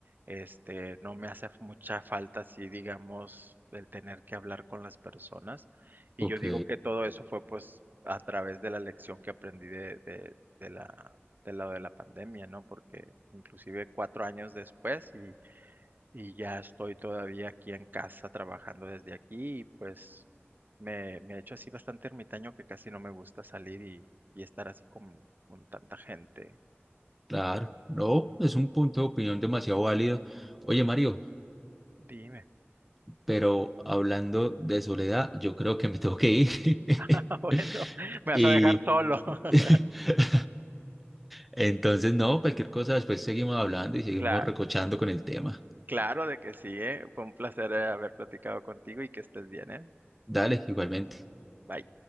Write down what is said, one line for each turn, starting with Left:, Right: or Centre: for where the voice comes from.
Right: Este, no me hace mucha falta, así digamos, el tener que hablar con las personas. Y
Centre: Ok,
Right: yo digo que todo eso fue pues a través de la lección que aprendí de, de, de la, del lado de la pandemia, ¿no? Porque inclusive cuatro años después y, y ya estoy todavía aquí en casa trabajando desde aquí y pues me, me he hecho así bastante ermitaño que casi no me gusta salir y, y estar así con, con tanta gente.
Centre: claro. No, es un punto de opinión demasiado válido. Oye, Mario,
Right: Dime,
Centre: pero hablando de soledad, yo creo que me <laughs> tengo que ir. <laughs>
Right: <laughs> Ah, bueno, me vas
Centre: Y
Right: a dejar solo. <laughs>
Centre: <laughs> entonces, no, cualquier cosa, después seguimos hablando y seguimos
Right: Cla-
Centre: recochando con el tema.
Right: claro de que sí, ¿eh? Fue un placer eh, haber platicado contigo y que estés bien, ¿eh?
Centre: Dale, igualmente.
Right: Bye.